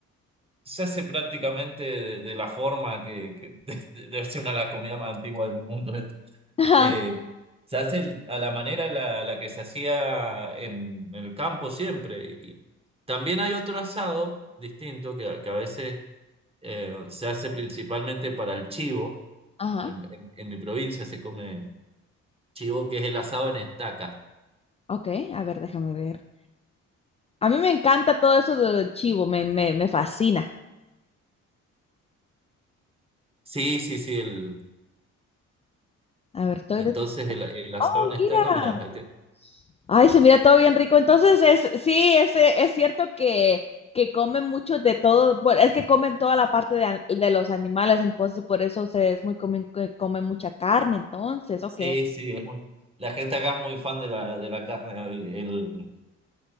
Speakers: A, on the right; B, on the left.
A: se hace prácticamente de, de la forma que, que <laughs> debe ser una de las comidas más antiguas del mundo. esta.
B: ajá,
A: Eh,
B: Sí.
A: se hace a la manera en la, la que se hacía en, el campo siempre. Y también hay otro asado distinto que, que a veces eh, se hace principalmente para el chivo.
B: ajá.
A: En, en- en mi provincia se come chivo, que es el asado en estaca.
B: Ok, a ver, déjame ver. A mí me encanta todo eso del chivo, me, me, me fascina.
A: Sí, sí, sí, el,
B: A ver, estoy
A: entonces
B: de...
A: el, el asado
B: Oh,
A: en estaca,
B: mira.
A: mira, ahí te-
B: Ay, se mira todo bien rico. Entonces, es, sí, es, eh, es cierto que, que comen mucho de todo, bueno, es que comen toda la parte de, an- de los animales, entonces por eso se, es muy común que comen mucha carne, entonces, ok.
A: sí, sí, es muy, la gente acá es muy fan de la, de la carne. el- el-